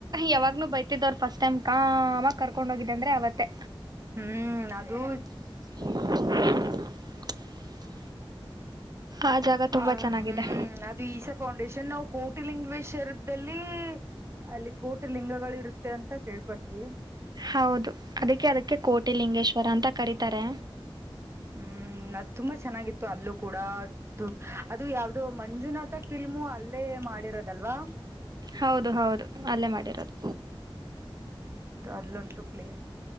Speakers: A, on the right; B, on the right.
A: ಯಾವಾಗ್ನು. ಬೈತಿದ್ದವರು ಫಸ್ಟ್ ಟೈಮ್ ಕಾಮ ಕರ್ಕೊಂಡ್ ಹೋಗಿದ್ದಂದ್ರೆ ಅವತ್ತೇ.
B: ಹ್ಮ್ ಅದು.
A: <unintelligible> ಆ ಜಾಗ ತುಂಬಾ
B: ಆ
A: ಚೆನ್ನಾಗಿದೆ
B: ಹ್ಮ್ ಅದು ಈಸಾ ಫೌಂಡೇಶನ್ ನಾವು ಕೋಟಿ ಲಲಿಂಗವೇಶ್ವರದಲ್ಲಿ. ಅಲ್ಲಿ ಕೋಟಿ ಲಿಂಗಗಳ ಇರುತ್ತೆ ಅಂತ ಕೇಳ್ಪಟ್ವಿ.
A: ಹೌದು ಅದಕ್ಕೆ ಅದಕ್ಕೆ ಕೋಟಿ ಲಿಂಗೇಶ್ವರ ಅಂತ ಕರತಾರೆ.
B: ಹ್ಮ್ ಅದ್ ತುಂಬಾ ಚೆನ್ನಾಗಿತ್ತು ಅಲ್ಲೂ ಕೂಡ ದು ಅದು ಯಾವ್ದೋ ಮಂಜುನಾಥ. ಫಿಲ್ಮು ಅಲ್ಲೇ ಮಾಡಿರೋದಲ್ವಾ.
A: ಹೌದು ಹೌದು ಅಲ್ಲೇ ಮಾಡಿರೋದು.
B: ಅಲ್ಲೊಂತು ಪ್ಲೇಸ್